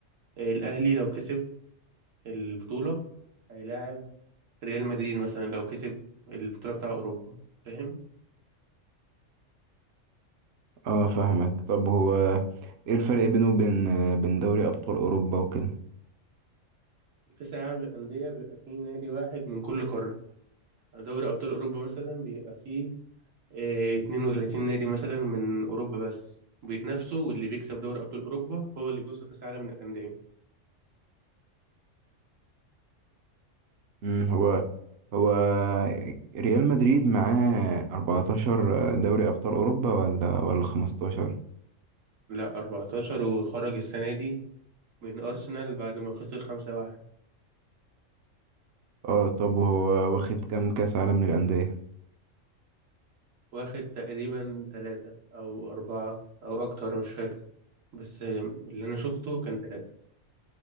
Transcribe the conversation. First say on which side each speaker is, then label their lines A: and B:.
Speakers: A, on the right (about 80°); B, on the right (about 65°).
A: الأهلي لو كسب البطولة هيلاعب ريال مدريد مثلا لو كسب البطولة بتاع أوروبا فاهم
B: اه فاهمك طب هو ايه الفرق بينه وبين آه، بين دوري أبطال أوروبا وكده
A: كأس العالم للأندية بيبقى فيه نادي واحد من كل قارة دوري أبطال أوروبا مثلا بيبقى فيه آه، 32 نادي مثلا من أوروبا بس بيتنافسوا واللي بيكسب دوري أبطال أوروبا هو اللي بيوصل كأس العالم للأندية
B: امم هو هو ريال مدريد معاه 14 دوري أبطال أوروبا ولا ولا 15
A: لا 14 وخرج السنة دي من أرسنال بعد ما خسر 5-1
B: اه طب هو واخد كام كأس عالم للأندية
A: واخد تقريبا ثلاثة أو أربعة أو أكتر مش فاكر بس آه، اللي أنا شفته كان ثلاثة